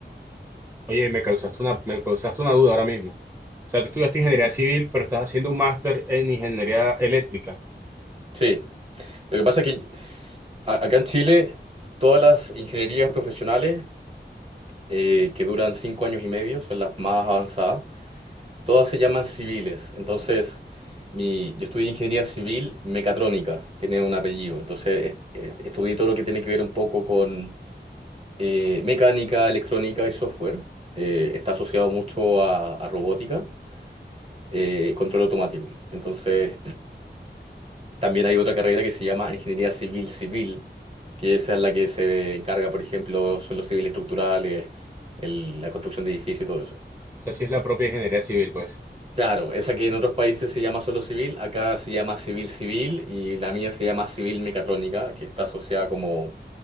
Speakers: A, on the right; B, on the right.
A: Oye, me causaste una, me causaste una duda ahora mismo. O sea, tú estudiaste ingeniería civil, pero estás haciendo un máster en ingeniería eléctrica. O
B: Sí, lo que pasa es que a- acá en Chile, todas las ingenierías profesionales eh, que duran cinco años y medio son las más avanzadas, todas se llaman civiles. Entonces, mi, yo estudié ingeniería civil mecatrónica, tiene un apellido. Entonces, es- es- estudié todo lo que tiene que ver un poco con eh, mecánica, electrónica y software. Eh, está asociado mucho a, a robótica, eh, control automático. Entonces, también hay otra carrera que se llama ingeniería civil civil, que esa es la que se encarga, por ejemplo, son los civiles estructurales, el- la construcción de edificios y todo eso.
A: sea, sí es la propia ingeniería civil, pues.
B: Claro, esa que en otros países se llama solo civil, acá se llama civil civil y la mía se llama civil mecatrónica, que está asociada como,